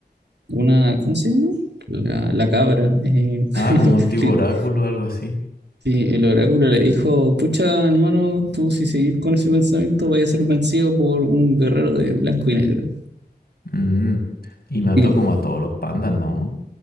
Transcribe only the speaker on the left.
Ah,
como un tipo oráculo o algo así.
Mm, Y mató
como a todos los pandas, ¿no?